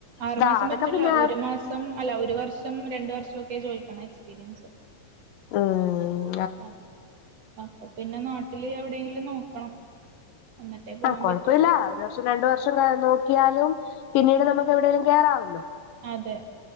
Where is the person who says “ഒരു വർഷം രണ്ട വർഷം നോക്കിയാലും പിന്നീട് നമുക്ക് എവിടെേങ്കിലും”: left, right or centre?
Left